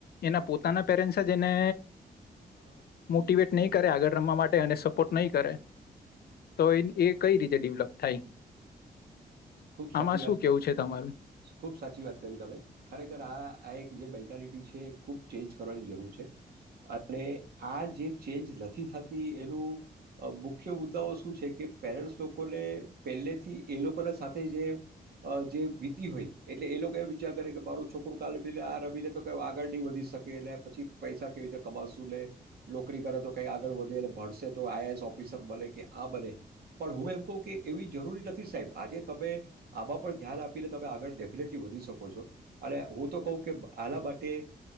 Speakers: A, on the left (about 75°); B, on the right (about 75°).
A: એના પોતાના પેરેન્ટ્સ જ એને મોટીવેટ નહીં કરે આગળ રમવા માટે અને સપોર્ટ નહીં કરે તો એ કઈ રીતે ડેવલપ થાય.
B: ખુબ સાચી
A: આમાં
B: વાત
A: શું કેવું છે તમારું
B: ખુબ સાચી વાત કરી તમે ખરેખર આ એક જે બેલ્ટ મેન્ટલિટી છે ખૂબ ચેન્જ કરવાની જરૂર છે અને આ જે ચેન્જ નથી થતી એનું મુખ્ય મુદ્દાઓ શું છે કે પેરેન્ટ્સ લોકોને પહેલેથી એ લોકોના સાથે તે જે અ જે વીતી હોય એટલે એ લોકો એ વિચાર કરે કે મારું છોકરું કાલે આ રમી લે તો ક આગળ નહી વધી શકે એટલે પછી પૈસા કેવી રીતે કમાશું લે નોકરી કરે તો કઈ આગળ વધે અને ભણશે તો આઈઆએસ ઓફિસર બને કે આ બને પણ હું એમ કહું કે એવી જરૂરી નથી સાહેબ આજે તમે આમાં પણ ધ્યાન આપીને તમે આગળ ડેફિનેટલી વધી શકો છો અને હું તો કહું કે આના માટે